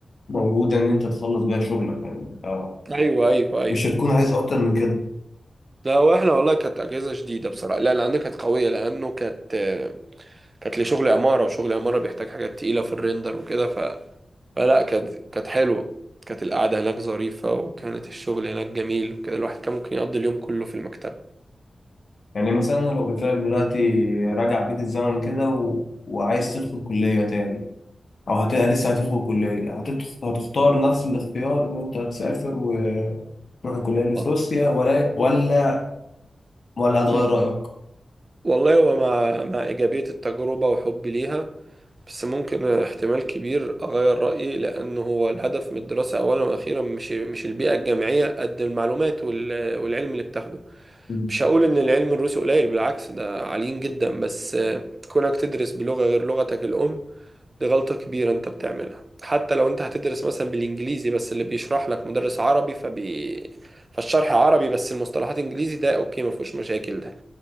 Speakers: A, on the left; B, on the right.
A: موجوده ان انت تخلص بيها شغلك يعني انت
B: أيوه أيوه أيوه
A: مش هتكون عايز اكتر من كده
B: لا واحنا والله كانت اجهزه شديده بصراحه لا لان كانت قويه لانه كانت كانت لشغل عماره وشغل عماره بيحتاج حاجات تقيله في الريندر وكده ف... فلا كانت كانت حلوه كانت القعده هناك ظريفه وكانت الشغل هناك جميل وكده الواحد كان ممكن يقضي اليوم كله في المكتبه
A: يعني مثلا أنا لو قلت لك دلوقتي راجع بيك الزمن كده و... وعايز تدخل كلية تاني أو هت... لسه هتدخل كلية هتدخل... هتختار نفس الاختيار إن أنت هتسافر وتروح الكلية اللي في
B: آه.
A: روسيا ولا ولا ولا هتغير
B: أمم.
A: رأيك؟
B: والله هو مع مع ايجابيه التجربه وحبي ليها بس ممكن احتمال كبير اغير رايي لانه هو الهدف من الدراسه اولا واخيرا مش مش البيئه الجامعيه قد المعلومات وال... والعلم اللي بتاخده
A: مم.
B: مش هقول ان العلم الروسي قليل بالعكس ده عاليين جدا بس آه، كونك تدرس بلغة غير لغتك الام دي غلطة كبيرة انت بتعملها حتى لو انت هتدرس مثلا بالانجليزي بس اللي بيشرح لك مدرس عربي فبي فالشرح عربي بس المصطلحات انجليزي ده اوكي ما فيهوش مشاكل ده